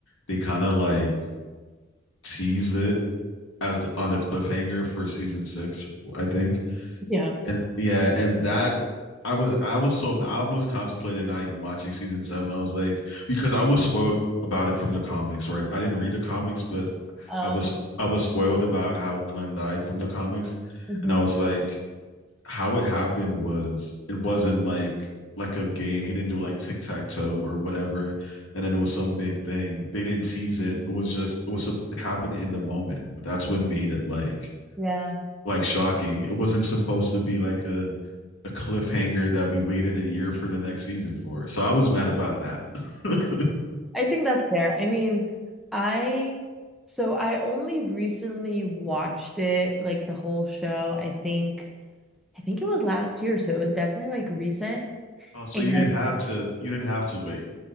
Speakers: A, on the left; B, in the centre.
A: they kind of like teased it as the, on the cliffhanger for season six, I think.
B: Yeah.
A: And yeah, and that I was I was so I almost contemplated not even watching season seven. I was like because I was spoiled about it from the comics, right? I didn't read the comics, but
B: Uh.
A: I was I was spoiled about how Glenn died from the comics,
B: mhm.
A: and I was like, how it happened was it wasn't like like a game. He didn't do like tic tac toe or whatever, and then it was some big thing. They didn't tease it. It was just it was it happened in the moment, but that's what made it like
B: Yeah.
A: like shocking. It wasn't supposed to be like a a cliffhanger that we waited a year for the next season for. So I was mad about that. <laughs>
B: I think that's fair. I mean, I so I only recently watched it, like the whole show. I think I think it was last year, so it was definitely like recent.
A: Oh, so
B: And
A: you didn't have to. You didn't have to wait.